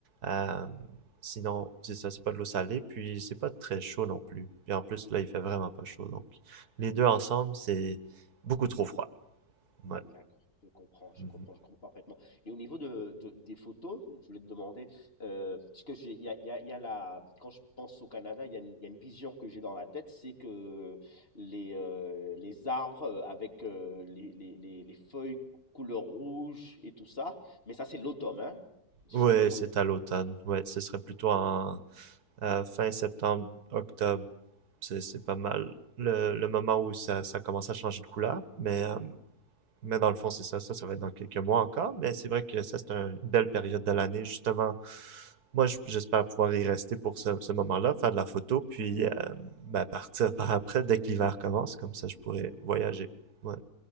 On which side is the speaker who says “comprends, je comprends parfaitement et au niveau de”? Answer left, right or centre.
Left